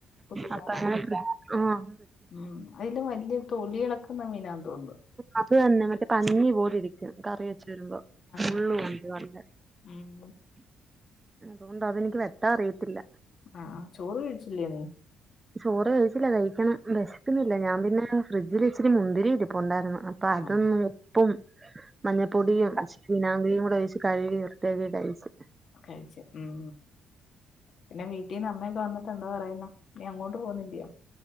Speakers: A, on the left; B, on the right.
A: പുതിതാ
B: അത്രന്നെപ്പ ആഹ്
A: ഉം അയില് വല്യ തൊലി എളക്കുന്ന മീനാന്ന് തോന്നു
B: അത് തന്നെ മറ്റേ പഞ്ഞി പോലിരിക്കു കറി വെച്ച്വരുമ്പോ
A: ആ
B: മുള്ളു ഒണ്ട് നല്ലെ
A: ഉം
B: അതുകൊണ്ട് അതെനിക്ക് വെട്ടാ അറിയത്തില്ല
A: ആഹ് ചോറ് കഴിച്ചില്ല്യേ നീ
B: ചോറ് കഴിച്ചില്ല കഴിക്കണം വെശക്ക്ന്നില്ല ഞാൻ പിന്നെ ഫ്രിഡ്ജിൽ ഇച്ചിരി മുന്തിരി ഇരിപൊണ്ടാരുന്നു അപ്പൊ അതും
A: ആ
B: ഉപ്പും മഞ്ഞപ്പൊടിയും ഇച്ചിരി വിനാകിരീം കൂടൊഴിച്ച് കഴവി വൃത്തിയാക്കി കഴിച്ച്
A: കഴിച്ച് ഉം പിന്നെ വീട്ടീന്ന് അമ്മയൊക്കെ വന്നിട്ട്ന്താ പറയുന്നു നീ അങ്ങോട്ട് പോകുന്നില്ലയോ